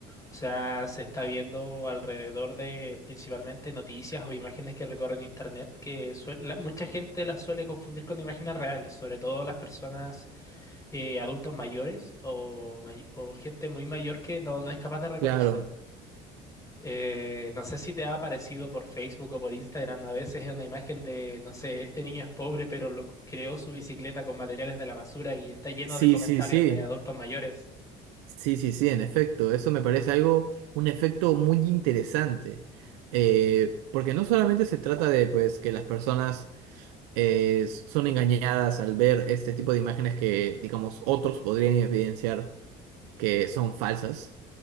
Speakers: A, on the left (about 15°); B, on the right (about 80°).
A: O sea, se está viendo alrededor de principalmente noticias o imágenes que recorren internet, que suel- la- mucha gente las suele confundir con imágenes reales, sobre todo las personas eh, adultos mayores o, may- o gente muy mayor que no, no es capaz de reconocer.
B: Claro,
A: Eh, no sé si te ha aparecido por Facebook o por Instagram, a veces es una imagen de, no sé, este niño es pobre, pero lo, creó su bicicleta con materiales de la basura y está lleno
B: sí,
A: de comentarios
B: sí, sí.
A: de adultos mayores.
B: Sí, sí, sí, en efecto, eso me parece algo, un efecto muy interesante, Eh, porque no solamente se trata de pues que las personas eh, son engañadas al ver este tipo de imágenes que, digamos, otros podrían evidenciar que son falsas